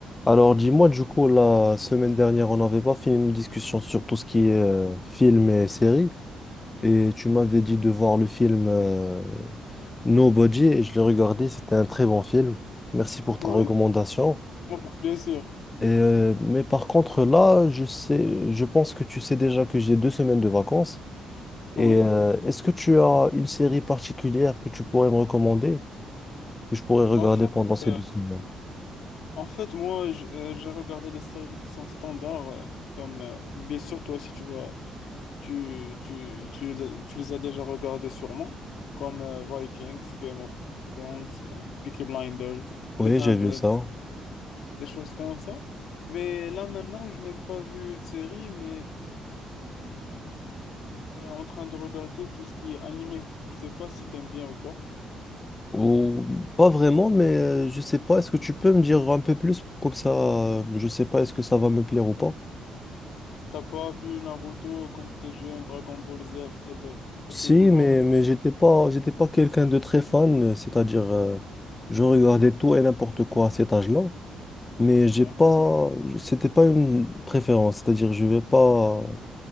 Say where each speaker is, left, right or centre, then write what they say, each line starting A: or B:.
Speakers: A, on the left; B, on the left.
A: Alors, dis-moi, du coup, la semaine dernière, on n'avait pas fini nos discussions sur tout ce qui est euh, film et série. Et tu m'avais dit de voir le film euh, Nobody et je l'ai regardé. C'était un très bon film. Merci pour
B: Oui,
A: ta recommandation.
B: ça fait plaisir.
A: Et, euh, mais par contre, là, je sais, je pense que tu sais déjà que j'ai deux semaines de vacances. Et
B: Oui.
A: euh, est-ce que tu as une série particulière que tu pourrais me recommander, que je pourrais regarder
B: En fait,
A: pendant ces
B: euh,
A: deux semaines?
B: en fait moi, j- euh, j'ai regardé les séries qui sont standards, euh, comme euh, bien sûr, toi aussi, tu vas, tu, tu, tu, les as tu les as déjà regardées sûrement, comme euh, Vikings, Game of Thrones, euh, Peaky Blinders,
A: Oui,
B: The Hundred,
A: j'ai vu ça.
B: des choses comme ça. Mais là, maintenant, je n'ai pas vu de série, mais euh, en train de regarder tout ce qui est animé. Je sais pas si t'aimes bien ou pas.
A: Ou pas vraiment, mais euh, je sais pas. Est-ce que tu peux me dire un peu plus comme ça? euh, Je sais pas est-ce que ça va me plaire ou pas.
B: T'as pas vu Naruto quand t'étais jeune, Dragon Ball Z, quelque
A: Si,
B: chose du genre?
A: mais mais j'étais pas j'étais pas quelqu'un de très fan, euh, c'est-à-dire euh, je regardais tout et n'importe quoi à cet âge-là, mais j'ai
B: D'accord.
A: pas je- c'était pas une préférence, c'est-à-dire je vais pas